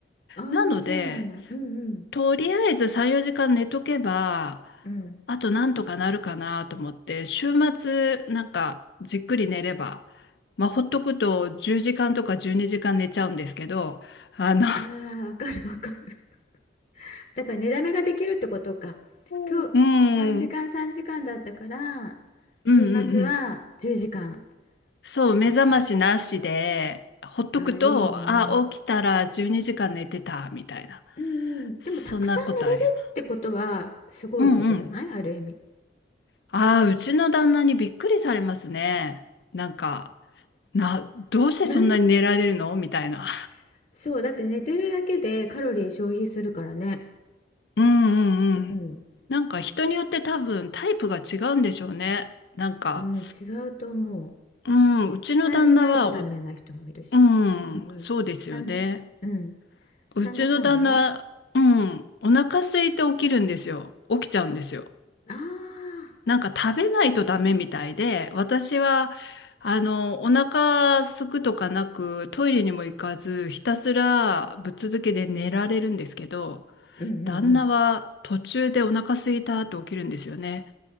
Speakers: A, on the left; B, on the left.
A: ああ、
B: なので、
A: そうなんだ。うんうん
B: とりあえず3、4時間寝とけば、
A: うん。
B: あとなんとかなるかなと思って、週末なんかじっくり寝れば、まあほっとくと10時間とか12時間寝ちゃうんですけど、あの、
A: ああ、わかるわかる。<laughs> だから寝だめができるってことか。
B: うんうん、
A: 今日3時間3時間だったから、
B: うんうんうん。
A: 週末は10時間。
B: そう、目覚ましなしで、
A: なんか、
B: ほっとくと、
A: ああ、いいよね。
B: あ、起きたら12時間寝てた、みたいな。
A: うんうん。でもたくさん寝れるってことはすごいことじゃないある意味。
B: そんなことあります。うんうん。ああ、うちの旦那にびっくりされますね。なんか、な、どうしてそんなに寝られるのみたいな。
A: な <laughs> そう、だって寝てるだけでカロリー消費するからね。
B: うんうんうん。
A: うん、
B: なんか人によって多分タイプが違うんでしょうね。なんか、
A: うん、違うと思う。
B: うん、
A: 絶対寝ないとダメな人もいるし。
B: うちの旦那は、おうん、
A: うんうん。
B: そうですよね。
A: 旦那、うん。
B: うちの旦那、
A: 旦那さんは
B: うん、お腹空いて起きるんですよ。起きちゃうんですよ。
A: ああ
B: なんか食べないとダメみたいで、私は、あの、お腹空くとかなく、トイレにも行かず、ひたすらぶっ続けで寝られるんですけど、
A: ー、うんうんうん。
B: 旦那は途中でお腹空いたって起きるんですよね。